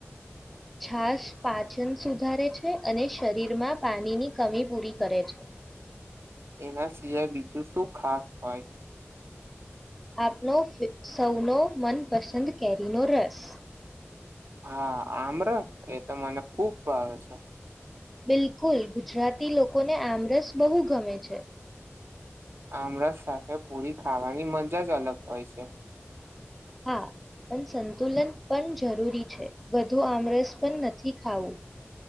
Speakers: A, in the centre; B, on the right.
A: છાસ પાચન સુધારે છે અને શરીરમાં પાણીની કમી પૂરી કરે છે.
B: એના શિવાય બીજું શું ખાસ હોય?
A: આપનો સૌનો મનપસંદ કેરીનો રસ
B: હા આમરસ એ તો મને ખુબ ભાવે છે.
A: બિલકુલ ગુજરાતી લોકોને આમરસ બહુ ગમે છે.
B: આમળસ સાથે પૂરી ખાવાની મજા જ અલગ હોય છે.
A: હા પણ સંતુલન પણ જરૂરી છે વધુ આમરસ પણ નથી ખાવું